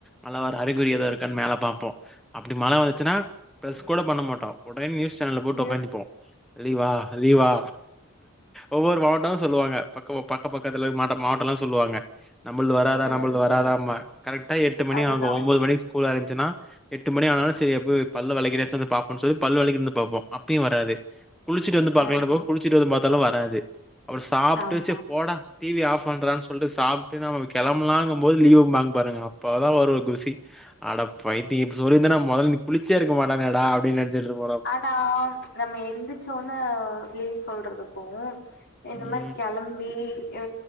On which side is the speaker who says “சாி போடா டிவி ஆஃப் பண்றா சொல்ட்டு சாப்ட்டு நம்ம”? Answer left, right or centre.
Centre